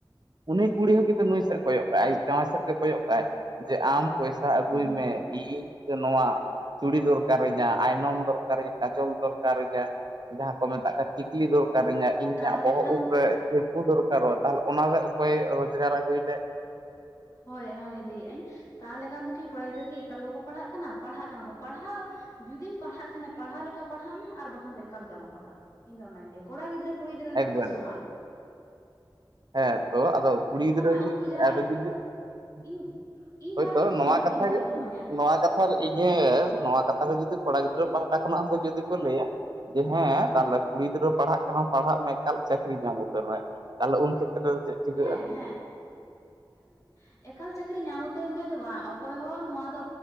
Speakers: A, on the right (about 55°); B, on the left (about 35°).
A: ᱩᱱᱤ
B: ᱦᱩᱸ
A: ᱠᱩᱲᱤ ᱦᱚᱸ ᱠᱤᱱᱛᱩ ᱱᱩᱭ ᱥᱮᱫ ᱮ ᱠᱚᱭᱚᱜ ᱠᱟᱜᱼ ᱟᱭ ᱟᱡ ᱡᱟᱶᱟᱭ ᱥᱮᱫ ᱮ ᱠᱚᱭᱚᱜ ᱠᱟᱜ ᱟᱭ ᱡᱮ ᱟᱢ ᱯᱚᱭᱥᱟ ᱟᱹᱜᱩᱭ
B: ᱦᱩᱸ
A: ᱢᱮ ᱾ ᱤᱧ ᱱᱚᱣᱟ ᱪᱩᱲᱤ ᱫᱚᱨᱠᱟᱨᱤᱧᱟᱹ, ᱟᱭᱱᱚᱢ ᱫᱚᱨᱠᱟᱨᱤᱧᱟᱹ ᱠᱟᱪᱚᱞ ᱫᱚᱨᱠᱟᱨᱤᱧᱟᱹ ᱡᱟᱦᱟᱸ ᱠᱚ ᱢᱮᱛᱟᱜ ᱠᱟᱱ ᱴᱤᱠᱞᱤ ᱫᱚᱨᱠᱟᱨᱤᱧᱟ ᱤᱧᱟᱹᱜ
B: ᱛᱟᱦᱚᱞᱮ
A: ᱵᱚᱦᱚᱜ
B: ᱠᱷᱟᱱ
A: ᱩᱯ ᱨᱮ ᱥᱤᱢᱯᱩ ᱫᱚᱨᱠᱟᱨᱚᱜᱼᱟ ᱛᱟᱦᱚᱞᱮ ᱚᱱᱟ ᱫᱚ ᱚᱠᱚᱭ ᱨᱚᱡᱽᱜᱟᱨ ᱟᱹᱜᱩ ᱭᱮᱫᱟᱭ?
B: ᱦᱚᱭ ᱦᱚᱭ ᱞᱟᱹᱭᱮᱫ ᱟᱹᱧ ᱛᱟᱦᱚᱞᱮ ᱠᱷᱟᱱ ᱫᱚᱠᱤ ᱠᱚᱲᱟ ᱜᱤᱫᱽᱨᱟᱹ ᱠᱤ ᱮᱠᱟᱞ ᱵᱟᱠᱚ ᱯᱟᱲᱦᱟᱜ ᱠᱟᱱᱟ ᱯᱟᱲᱦᱟᱜ ᱠᱟᱱᱟ ᱠᱚ ᱯᱟᱲᱦᱟᱜ ᱡᱩᱫᱤᱢ ᱯᱟᱲᱦᱟᱜ ᱠᱷᱟᱱᱮ ᱯᱟᱲᱦᱟᱣ ᱞᱮᱠᱟ ᱯᱟᱲᱦᱟᱜ ᱢᱮ ᱟᱨ ᱵᱟᱠᱷᱟᱱ ᱫᱚ ᱮᱠᱟᱞ ᱜᱮ ᱟᱞᱚᱢ ᱯᱟᱲᱦᱟᱜᱼᱟ ᱾ ᱤᱧ ᱫᱚ ᱚᱱᱟᱧ ᱞᱟᱹᱭᱟ ᱾ ᱠᱚᱲᱟ ᱜᱤᱫᱽᱨᱮ ᱠᱩᱲᱤ ᱜᱤᱫᱽᱨᱟᱹ ᱱᱮᱛᱟᱨ
A: ᱮᱠᱵᱟᱨᱮ
B: ᱫᱚ ᱥᱚᱢᱟᱱ ᱾
A: ᱦᱮᱸ ᱛᱚ ᱟᱫᱚ ᱠᱩᱲᱤ ᱜᱤᱫᱽᱨᱟᱹ
B: ᱢᱮ ᱩᱱᱠᱩ ᱡᱟᱦᱟᱸᱭ
A: ᱟᱫᱚ ᱡᱩᱫᱤ
B: ᱤᱧ
A: <inaudible>
B: ᱤᱧ
A: ᱦᱚᱭᱛᱚ
B: ᱡᱟᱦᱟᱸ ᱞᱮᱠᱟᱧ ᱢᱚᱱᱮᱭᱟ
A: ᱱᱚᱣᱟ
B: ᱦᱟᱯᱮ
A: ᱠᱟᱛᱷᱟ
B: ᱤᱧ ᱡᱟᱦᱟᱸ
A: ᱜᱮ
B: ᱞᱮᱠᱟᱧ ᱢᱚᱱᱮᱭᱟ
A: <inaudible> ᱱᱚᱣᱟ ᱠᱟᱛᱷᱟ ᱤᱭᱟ. ᱱᱚᱣᱟ ᱠᱟᱛᱷᱟ ᱫᱚ ᱡᱩᱫᱤ ᱠᱚᱲᱟ ᱜᱤᱫᱽᱨᱟᱹ ᱯᱟᱦᱴᱟ ᱠᱷᱚᱱᱟᱜ ᱦᱚᱸ ᱡᱩᱫᱤ ᱠᱚ ᱞᱟᱹᱭᱟ ᱡᱮ ᱦᱮᱸ ᱛᱟᱦᱚᱞᱮ ᱠᱩᱲᱤ ᱜᱤᱫᱽᱨᱟᱹ ᱯᱟᱲᱦᱟᱜ ᱠᱟᱱᱟᱢ ᱯᱟᱲᱦᱟᱜ ᱢᱮ ᱮᱠᱟᱞ ᱪᱟᱹᱠᱨᱤ ᱧᱟᱢ ᱩᱛᱟᱹᱨ ᱢᱮ ᱾ ᱛᱟᱦᱚᱞᱮ ᱩᱱ ᱠᱷᱮᱛ ᱨᱮ ᱫᱚ ᱪᱮᱫ? ᱪᱤᱠᱟᱹᱜᱼᱟ
B: ᱦᱮᱸ ᱦᱮᱸ <unintelligible> ᱮᱠᱟᱞ ᱪᱟᱹᱠᱨᱤ ᱧᱟᱢ ᱩᱛᱟᱹᱨ ᱩᱛᱟᱹᱨ ᱢᱮ ᱫᱚ ᱵᱟᱝ ᱚᱠᱚᱭ ᱦᱚᱸ ᱱᱚᱣᱟ ᱫᱚ